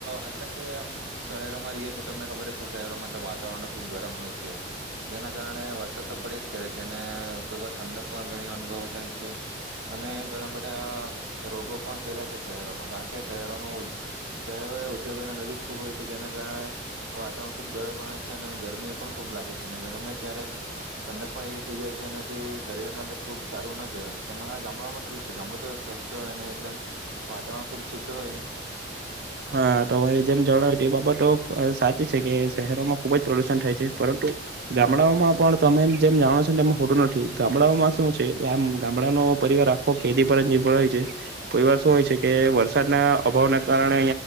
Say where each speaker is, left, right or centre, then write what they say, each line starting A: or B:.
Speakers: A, on the right; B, on the right.
A: એટલે કે આમ શહેરોમાં રહીએ છી તમને ખબર જ છે શહેરોમાં તો વાતાવરણ ખુબ ગરમ હોય છે જેના કારણે વરસાદ તો પડે જ કરે છે અને કોઈ વાર ઠંડક પણ ઘણી અનુભવ થાય છે અને ઘણા બધા રોગો પણ ફેલાય છે શહેરોમાં કારણ કે કે શહેરોનું શહેરો એ ઉદ્યોગો અને નજીક ખૂબ હોય છે જેના કારણે વાતાવરણ ખૂબ ગરબ રહે છે અને ગરમી પણ ખૂબ લાગે છે અને ગ ગમે ત્યારે ઠંડક પણ એવી થઈ જાય છે અને તે શરીર માટે ખૂબ સારું ના કહેવાય તમારા ગામડામાં કેવું છે ગામડું તો સ્વસ્થ હોય અને એકદમ વાતાવરણ ખૂબ શુદ્ધ હોના
B: હા તમારે જેમ જણ એ બાબતો સાચી છે કે શહેરોમાં ખુબ જ પ્રદુષણ થાય છે પરંતુ ગામડાઓમાં પણ તમે જેમ જાણો છો એમ હોતું નથી ગામડાઓમાં શું છે આમ ગામડાનો પરિવાર આખો ખેતી પર જ નિર્ભર હોય છે પરિવાર શું હોય છે કે વરસાદના અભાવને કારણે અં